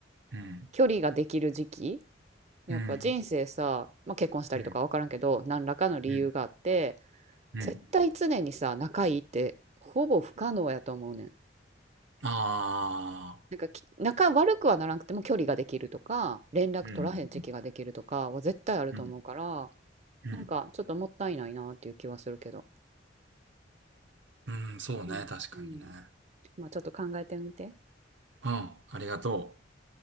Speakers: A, on the right (about 65°); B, on the right (about 35°).
A: うん、
B: 距離ができる時期。やっぱ人生さ、
A: うん、
B: まあ、結婚したりとか分からんけど、
A: う
B: 何らかの理由があって、
A: ん、うん。
B: 絶対常にさ、仲いいってほぼ不可能やと思うねん。
A: ああ、
B: なんかき仲悪くはならなくても距離ができるとか、連絡取らへん時期ができるとかは絶対あると思うから、
A: うん、うん、うん、
B: なんかちょっともったいないなっていう気はするけど。
A: うん、うんそうね、
B: うん、
A: 確かにね。
B: うん。まあちょっと考えてみて。
A: うん、ありがとう。